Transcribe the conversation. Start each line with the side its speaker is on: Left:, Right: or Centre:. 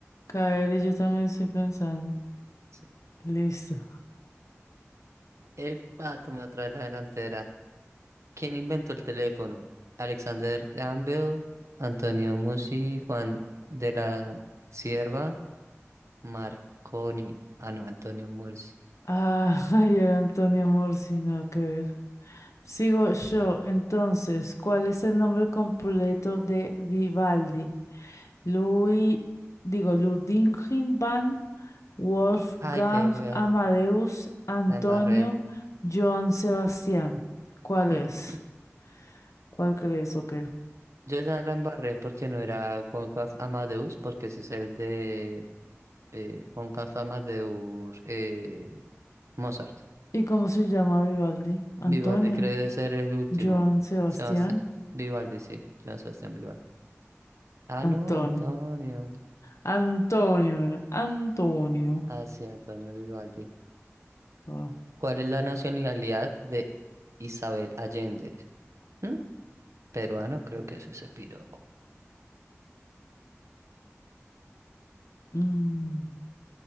Left: K R. yo también estoy pensando.
Right: Sí.
Left: Listo.
Right: Epa, toma otra la delantera. ¿Quién inventó el teléfono? Alexander Gamble, Antonio Musi, Juan de la Sierva, Marconi. Ah, no, Antonio Mursi.
Left: Ah, <laughs> ayer Antonio Morsi, no, que ver. Sigo yo, entonces, ¿cuál es el nombre completo de Vivaldi? Louis, digo, Ludwig van Wolfgang
Right: Ay, qué wea.
Left: Amadeus Antonio
Right: La embarré.
Left: Johann Sebastián. ¿Cuál
Right: <clears throat>
Left: es? ¿Cuál crees o qué?
Right: Yo ya la embarré porque no era Wolfgang Amadeus, porque ese es el de eh, con la fama de ur- eh, Mozart.
Left: ¿Y cómo se llama Vivaldi? Antonio,
Right: Vivaldi cree de ser el último.
Left: Johann Sebastián,
Right: Sebastián Vivaldi, sí, Joan Sebastián Vivaldi. Ah,
Left: Antonio.
Right: no, Antonio.
Left: Antonio era, Antonio.
Right: Ah, sí, Antonio Vivaldi.
Left: Ah,
Right: ¿Cuál es la nacionalidad de Isabel Allende? ¿Mm? Peruano, creo que es ese piro.
Left: mm,